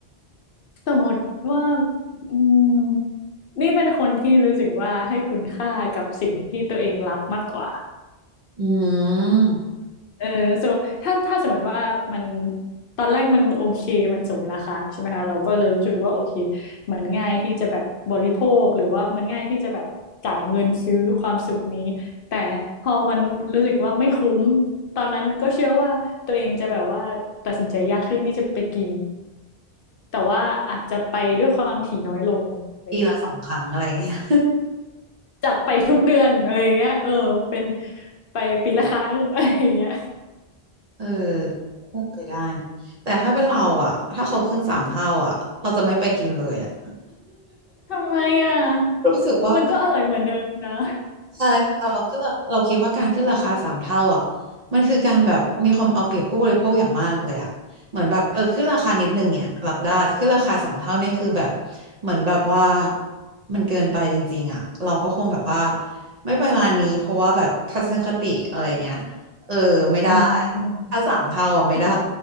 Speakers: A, on the left (about 65°); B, on the right (about 45°).
A: สมมติว่าอืมนี่เป็นคนที่รู้สึกว่าให้คุณค่ากับสิ่งที่ตัวเองรับมากกว่า
B: อืม
A: เออสมมติถ้าถ้าสมมติว่ามันตอนแรกมันโอเคมันสมราคาใช่ไหมคะเราก็จะรู้สึกว่าโอเคมันง่ายที่จะแบบบริโภคหรือว่ามันง่ายที่จะแบบจ่ายเงินซื้อความสุขนี้ แต่พอมันรู้สึกว่าไม่คุ้มตอนนั้นก็เชื่อว่าตัวเองจะแบบว่าตัดสินใจยากขึ้นที่จะไปกินแต่ว่าอาจจะไปด้วยความถี่น้อยลงอะไรเงี้ย
B: ปีละสองครั้งอะไรอย่างเงี้ย
A: จากไปทุกเดือนอะไรเงี้ยเออเป็นไปปีละครั้งอะไรเงี้ย
B: <laughs> เออก็เคยได้นะแต่ถ้าเป็นเราอ่ะถ้าเขาขึ้นสามเท่าอ่ะเราจะไม่ไปกินเลยอ่ะ
A: ทำไมอ่ะ
B: <laughs> รู้สึกว่า
A: มันก็อร่อยเหมือนเดิมนะ
B: ใช่เราก็เราเราคิดว่าการขึ้นราคาสามเท่าอ่ะมันคือการแบบมีความเอาเปรียบผู้บริโภคอย่างมากเลยอ่ะเหมือนแบบเออขึ้นราคานิดนึงเนี่ยรับได้แต่ขึ้นราคาสามเท่าเนี่ยคือแบบเหมือนแบบว่ามันเกินไปจริงๆอ่ะเราก็คงแบบว่าไม่ไปร้านนี้เพราะว่าแบบทัศนคติอะไรเงี้ยเออไม่ได้
A: อืม
B: ถ้าสามเท่าอ่ะไม่ได้
A: เออ